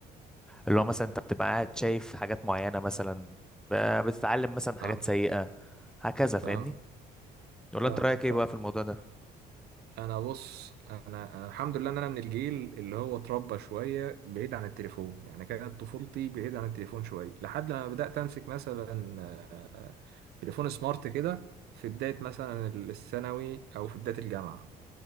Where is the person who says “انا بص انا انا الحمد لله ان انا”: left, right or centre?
Right